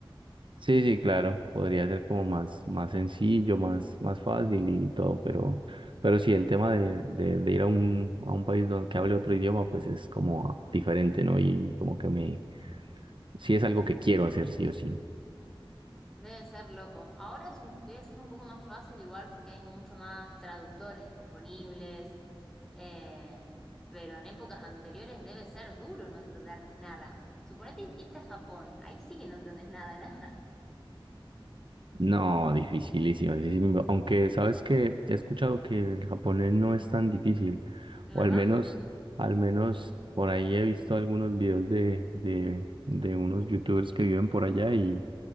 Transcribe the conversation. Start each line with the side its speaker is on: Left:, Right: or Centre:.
Right: Sí, sí, claro, podría ser como más, más sencillo, más, más fácil y todo, pero, pero sí, el tema de, de, de ir a un, a un país donde que hable otro idioma, pues es como diferente, ¿no? Y como que me, sí es algo que quiero hacer, sí o sí.
Centre: Debe ser loco. Ahora es un- debe ser un poco más fácil igual porque hay mucho más traductores disponibles, eh, pero en épocas anteriores debe ser duro no entender nada. Suponete ir- irte a Japón, ahí sí que no entendés nada, <laughs> nada.
Right: No, dificilísimo, dificilísimo. Aunque sabes que he escuchado que el japonés no es tan difícil,
Centre: ¿De
Right: o
Centre: verdad?
Right: al menos, al menos por ahí he visto algunos videos de, de, de unos youtubers que viven por allá y